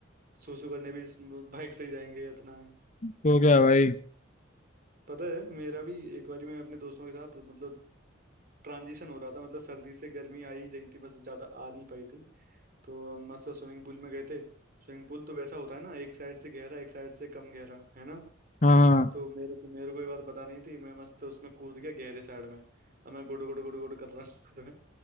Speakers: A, on the right (about 45°); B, on the left (about 35°).
A: सुसु करने भी इस बाइक से ही जाएंगे इतना है
B: तो क्या भाई
A: पता है मेरा भी एक बारी मैं अपने दोस्तों के साथ मतलब ट्रांजिशन हो रहा था मतलब सर्दी से गर्मी आ ही रही थी बस ज्यादा आ नहीं पाई थी तो हम मस्त स्विमिंग पूल में गए थे स्विमिंग पूल तो वैसा होता है ना एक साइड से गहरा एक साइड से कम गहरा है ना
B: हाँ हाँ
A: तो मेरे को मेरे को ये बात पता नहीं थी मैं मस्त उसमें कूद गया गहरे साइड में अब मैं गुड़ गुड़ गुड़ गुड़ कर रहा